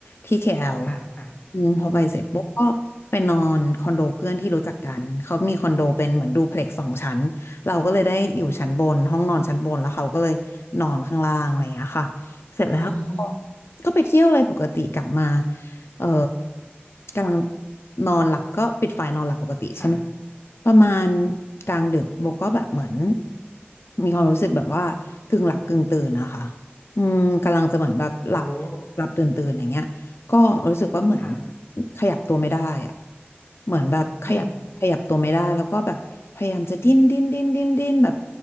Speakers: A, on the left; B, on the left.
A: ที่ KL อล
B: ค่ะค่ะ
A: อืมพอไปเสร็จปุ๊บก็ไปนอนคอนโดเพื่อนที่รู้จักกันเขามีคอนโดเป็นเหมือนดูเพล็กซ์สองชั้นเราก็เลยได้อยู่ชั้นบนห้องนอนชั้นบนแล้วเขาก็เลยนอนข้างล่างอะไรอย่างเงี้ยค่ะ
B: อือฮึ
A: เสร็จแล้วก็
B: อืม
A: ก็ไปเที่ยวอะไรปกติกลับมาเออ กำลังนอนหลับก็ปิดไฟนอนหลับปกติใช่ไหม
B: ค่ะ
A: ประมาณกลางดึกโบก็แบบเหมือนมีความรู้สึกแบบว่ากึ่งหลับกึ่งตื่นนะคะอืมกำลังจะเหมือนแบบหลับ
B: โอ
A: หลับตื่นตื่นอย่างเงี้ยก็รู้สึกว่าเหมือน
B: ้ค่ะ
A: ขยับตัวไม่ได้อะเหมือนแบบขยับขยับตัวไม่ได้แล้วก็แบบพยายามจะดิ้นดิ้นดิ้นดิ้นดิ้นแบบ
B: อืม